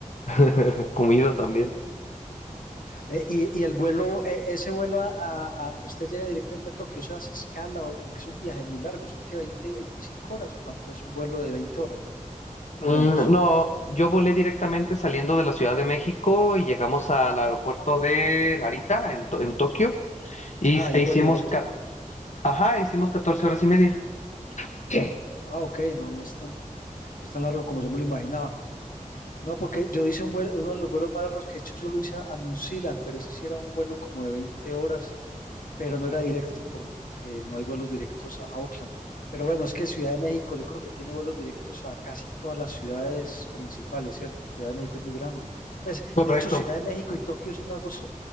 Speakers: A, on the left; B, on the left.
A: <laughs> comida también.
B: Eh, y, y el vuelo, eh, ese vuelo, a, a- a- usted llega directamente a Tokio, o sea, hace escala, o- porque es un viaje muy largo, son que 20, 25 horas, o cuánto es un vuelo de 20 horas, ¿no?
A: Mm,
B: O menos.
A: no, yo volé directamente saliendo de la Ciudad de México y llegamos al aeropuerto de Narita en, To- en Tokio. Y
B: Ah,
A: s-
B: hay
A: e
B: un
A: hicimos,
B: vuelo directo.
A: ca-
B: qué bien.
A: ajá, hicimos 14 horas y media. Sí.
B: Ah, ok, no, no es tan, no es tan largo como yo me lo imaginaba. No, porque yo hice un vuelo, uno de los vuelos más largos que he hecho, yo lo hice a New Zealand, pero ese sí era un vuelo como de 20 horas, pero no era directo, por- porque no hay vuelos directos a Auckland. Pero bueno, es que Ciudad de México yo creo que tiene vuelos directos a casi todas las ciudades principales, ¿cierto? Ciudad de México es muy grande. Pues,
A: Correcto,
B: de hecho, Ciudad de México y Tokio son las dos